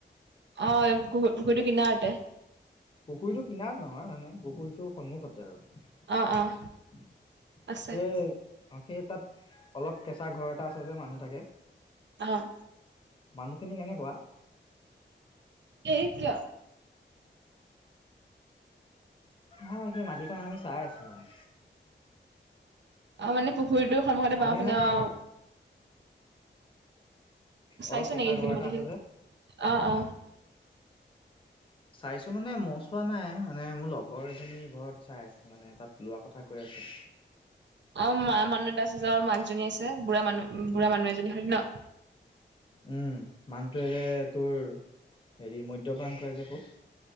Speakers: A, on the right; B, on the left.
A: অ', পু- পুখুৰীটোৰ কিনাৰতে।
B: পুখুৰীটো কিনাৰত নহয় মানে পুখুৰীটো টো সন্মুখতে আৰু,
A: অ', অ'। আছে
B: সেইয়ে অ' সেই তাত, অলপ কেঁচা ঘৰ এটা আছে যে মানুহ থাকে।
A: অ',
B: মানুহখিনি কেনেকুৱা?
A: সেই কিয়?
B: নহয়', সেই মাটিতো আমি চাই আছোঁ মানে।
A: অ', মানে পুখুৰীটোৰ সন্মুখতে বাওঁফালে
B: আমি মানে
A: অ'। চাইছো
B: অলপ কেঁচা
A: নেকি সেইখিনি
B: ঘৰ এটা
A: মাটিখিনি?
B: আছে যে
A: অ', অ'
B: চাইছো মানে মই চোৱা নাই, মানে মোৰ লগৰ এজনী ঘৰত চাই আছে মানে তাত লোৱা কথা কৈ আছে।
A: আমাৰ মা মনত আছে নহয় মাক এজনী আছে, বুঢ়া মানুহ বুঢ়া মানুহ এজনী হয় ন'।
B: উম', মানুহটোৱে যে তোৰ হেৰি মদ্যপান কৰে যে খুব?